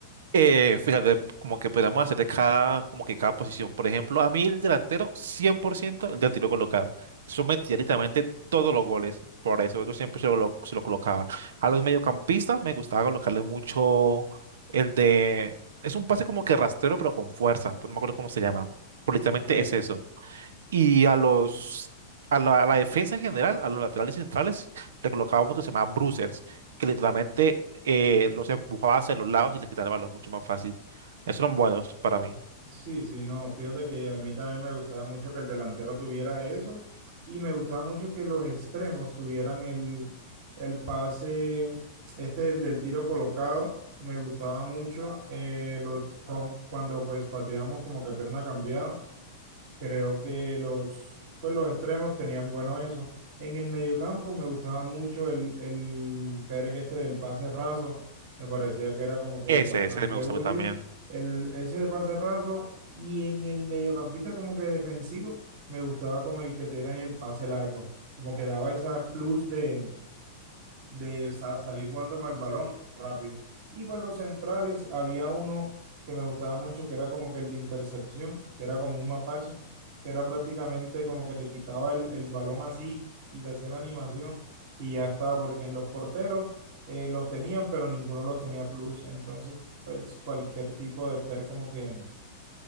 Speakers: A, on the right (about 85°); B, on the right (about 50°).
A: Eh, fíjate, como que podríamos hacer de cada, como que cada posición. Por ejemplo, a mí el delantero, 100% el de tiro colocado. Eso metía literalmente todos los goles. Por eso yo siempre se lo, se lo colocaba. A los mediocampistas me gustaba colocarle mucho el de... Es un pase como que rastrero, pero con fuerza. pues No me acuerdo cómo se llama. Pero literalmente
B: Ok.
A: es eso. Y a los a la, a la defensa en general, a los laterales y centrales, le colocaba uno que se llamaba bruisers, que literalmente eh, los empujaba hacia los lados y les quitaba el balón mucho más fácil. Esos eran buenos para mí.
B: Sí, sí, no, fíjate que a mí también me gustaba mucho que el delantero tuviera eso y me gustaba mucho que los extremos tuvieran el, el pase, este el del tiro colocado, me gustaba mucho eh, lo- con- cuando pues pateábamos como que a pierna cambiada Creo que los, pues los extremos tenían bueno eso. En el mediocampo me gustaba mucho el, el Pérez este del pase raso. Me parecía que era como que
A: Ese,
B: bastante
A: ese me gusta
B: útil.
A: a mí también.
B: El, ese de pase raso y en el mediocampista como que defensivo me gustaba como el que te era en el pase largo. Como que daba esa plus de, de sa- salir jugando con el balón rápido. Y pues los centrales, había uno que me gustaba mucho, que era como que el de intercepción, que era como un mapache, que era prácticamente como que te quitaba el, el balón así y te hacía la animación y ya estaba, porque en los porteros eh, los tenían, pero ninguno los tenía plus. Entonces, pues cualquier tipo de per como que